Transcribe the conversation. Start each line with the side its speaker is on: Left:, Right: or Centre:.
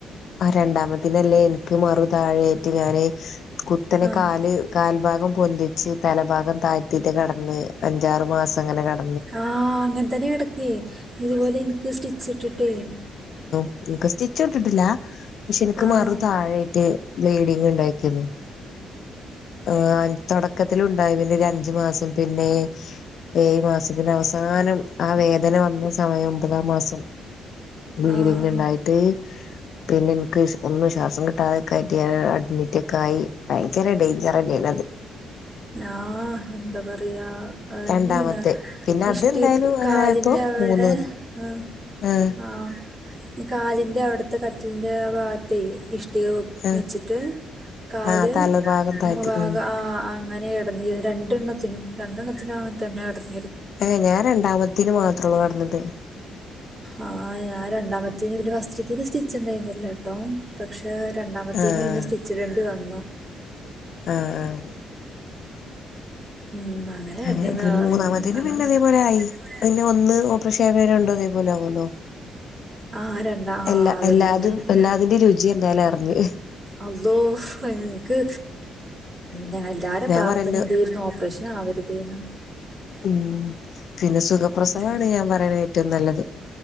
Left: ആഹ് രണ്ടാമത്തിന് ലേ എനിക്ക് മറു താഴെ ആയിട്ട് ഞാന് കുത്തനെ
Right: ആ
Left: കാല് കാൽഭാഗം പൊന്തിച്ച് തലഭാഗം താഴ്ത്തിട്ട് കിടന്ന് അഞ്ചാറ് മാസം അങ്ങനെ കേടാ
Right: ആഹ് അങ്ങനെ തന്നെ കിടക്ക്‌ ഇതുപോലെ എനിക്ക് സ്റ്റിച് ഇട്ടിട്ടേ
Left: നിങ്ങക്ക് സ്റ്റിച്ച് ഇട്ടിട്ടില്ല പക്ഷെ എനിക്ക്
Right: ആഹ്
Left: മാറു താഴായിട്ട് ബ്ലീഡിങ് ഇണ്ടാക്കിന്ന് ആഹ് തുടക്കത്തിൽ ഉണ്ടായി പിന്നെ അഞ്ചു മാസം പിന്നെ ഏഴ് മാസം അവസാനം ആ വേദന വന്ന സമയം ഒമ്പതാം മാസം ബ്ലീഡിങ്
Right: ആഹ് ആഹ്
Left: ഉണ്ടായിട്ട് പിന്നെ എനക്ക് ഒന്നും ശ്വാസം കിട്ടാതോക്കെയായിട്ടു അഡ്മിറ്റൊക്കെ ആയി ഭയങ്കര ഡേഞ്ചറന്നനത്
Right: ആഹ് എന്ത പറയാ അതന്നെയാണ്
Left: രണ്ടാമത്തെ പിന്നെ
Right: ഇഷ്ടി
Left: അത് എന്തായാലും അങ്ങനെയപ്പോ
Right: കാലിന്റെ അവിടെ
Left: മൂന്നൂല്
Right: ആഹ്
Left: ആഹ്
Right: ആഹ് കാലിന്റെ അവിടുത്തെ കട്ടിലിന്റെ ഭാഗത്തേ ഇഷ ഇഷ്ട്ടിക
Left: ആഹ്
Right: വെച്ചിട്ട് കാല്
Left: ആഹ് തലഭാഗം താഴ്ത്തി
Right: ഭാഗ
Left: ഉം
Right: ആഹ് ആഹ് അങ്ങനെ കെടാതിത് രണ്ടെണ്ണത്തിനും രണ്ടെണ്ണത്തിനു അങ്ങനെ തന്നെ കെടാതിത്
Left: ആഹ് ഞാൻ രണ്ടാമത്തെൻ മാത്രെ ഒള്ളു കിടെന്നത്
Right: ആഹ് ഞാൻ രണ്ടാമതാതിന്നു പിന്നെ ഫസ്റ്റില്ലാതെന് സ്റ്റിച് ഉണ്ടായിരുന്നില്ലേ കേട്ടോ പക്ഷെ രണ്ടാമത്തേന്
Left: ആഹ്
Right: പിന്നെ സ്റ്റിച് ഇടേണ്ടി വന്നു
Left: ആഹ് ആഹ്
Right: ഉം അങ്ങനെ കിടന്നിരുന്നു
Left: അഹ് പിന്നെ മൂന്നാമത്തിന്
Right: നല്ലോണം
Left: പിന്നെതേപോലെ
Right: ബുദ്ധിമുട്ടാ
Left: ആയി പിന്നെ ഒന്ന് പക്ഷേ <unintelligible> അതേപോലെ ആകുമല്ലോ
Right: ആ രണ്ടാ ആ
Left: എല്ലാ
Right: അതന്നെയാണ്
Left: എല്ലാതും എല്ലാതിന്റെ രുചി എന്തായാലും അറിഞ്ഞു
Right: അള്ളോ എനക്ക് ഞ എല്ലാരും
Left: ഞാൻ
Right: പ്രാർത്ഥന
Left: പറയുന്നു
Right: ചെയ്തിരുന്നു ഓപ്പറേഷൻ ആവരുതെന്ന്
Left: ഉമ് പിന്നെ സുഖപ്രസവമാണ്
Right: ഉം.
Left: ഞാൻ പറയണ ഏറ്റവും നല്ലത്